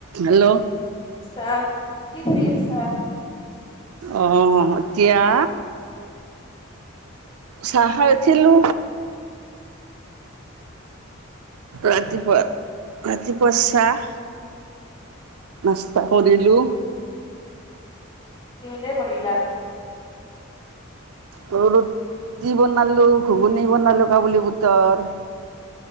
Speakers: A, on the right; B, on the left.
A: Hello,
B: তাৰ কি কৰি আছা
A: অহ, এতিয়া। চাহ, খাই উঠিলো। ৰাতিপুৱা, ৰাতিপুৱা চাহ নাষ্টা কৰিলোঁ
B: কিহে কৰিলা।
A: মই বোলো ৰুতি বনালো ঘুগুনী বনালো কাবুলী বুটৰ।